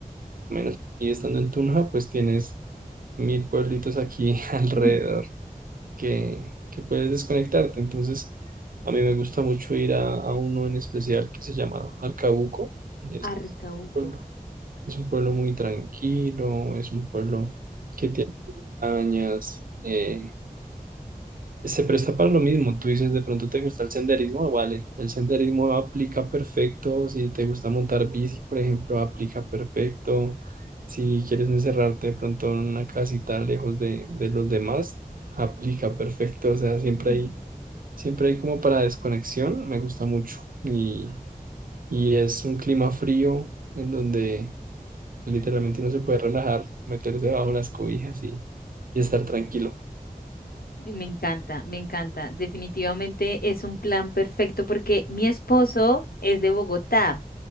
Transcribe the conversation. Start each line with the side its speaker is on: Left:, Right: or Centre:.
Right: por lo menos. Y estando en Tunja pues tienes mil pueblitos aquí <laughs> alrededor
Left: <laughs>
Right: que, que puedes desconectarte. Entonces, a mí me gusta mucho ir a, a uno en especial que se llama Arcabuco. y Es
Left: Arcauco.
Right: un pueblo, es un pueblo muy tranquilo, es un pueblo que tiene montañas, eh, se presta para lo mismo. Tú dices, de pronto te gusta el senderismo, vale. El senderismo aplica perfecto. Si te gusta montar bici, por ejemplo, aplica perfecto. Si
Left: sí.
Right: quieres encerrarte de pronto en una casita lejos de, de los demás, aplica perfecto. O sea, siempre
Left: <laughs>
Right: hay Siempre hay como para desconexión, me gusta mucho. Y, y es un clima frío en donde literalmente uno se puede relajar, meterse bajo las cobijas y, y estar tranquilo.
Left: Sí, Me encanta, me encanta. Definitivamente es un plan perfecto porque mi esposo es de Bogotá.